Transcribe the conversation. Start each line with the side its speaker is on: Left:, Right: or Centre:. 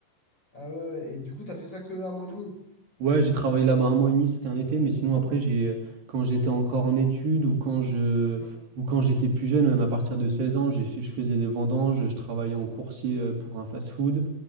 Left: Ah ouais, ouais. Et du coup, t'as fait ça que un mois et demi.
Right: Ouais, j'ai travaillé là-bas un mois et demi, c'était un été, mais sinon après, j'ai, quand j'étais encore en études ou quand je,
Left: Hmm.
Right: ou quand j'étais plus jeune, même à partir de 16 ans, j'ai fait- je faisais des vendanges, je travaillais en coursier euh, pour un fast-food.